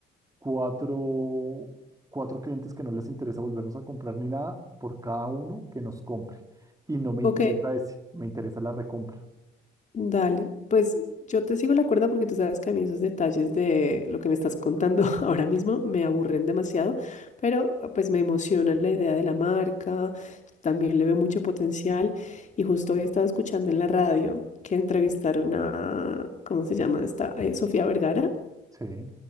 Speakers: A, on the right; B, on the left.
A: cuatro, cuatro clientes que no les interesa volvernos a comprar ni nada por cada uno que nos compre. Y no me
B: Ok,
A: interesa ese, me interesa la recompra.
B: Dale, pues yo te sigo la cuerda porque tú sabes que a mí esos detalles de lo que me estás contando <laughs> ahora mismo me aburren demasiado, pero ah, pues me emociona la idea de la marca, también le veo mucho potencial y justo hoy estaba escuchando en la radio que entrevistaron a, ¿cómo se llama esta? Eh, Sofía Vergara.
A: Sí.